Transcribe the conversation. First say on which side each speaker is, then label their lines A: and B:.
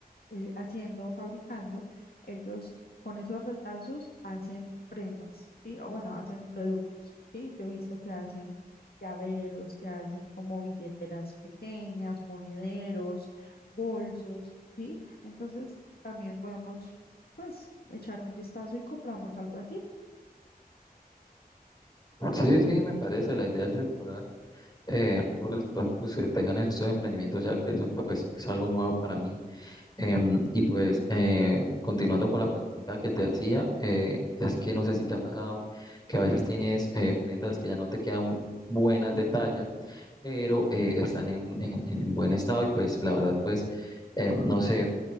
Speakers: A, on the left; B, on the left.
A: eh, haciendo, fabricando, ellos con esos retazos hacen prendas, ¿sí? O bueno, hacen productos, ¿sí? Yo he visto que hacen llaveros, que hacen como billeteras pequeñas, monederos, bolsos, ¿sí? Entonces también podemos, pues, echar un vistazo y compramos algo así.
B: Sí, sí, me parece. La idea es <laughs> explorar eh, todos los productos que tengan estos emprendimientos, ya que eso, pues, es algo nuevo para mí. Em, y pues eh, continuando con la pregunta que te hacía, eh, es que no sé si te ha pasado que a veces tienes eh, prendas que ya no te quedan buenas de talla, pero eh, están en, en- en buen estado y pues la verdad pues eh, no sé,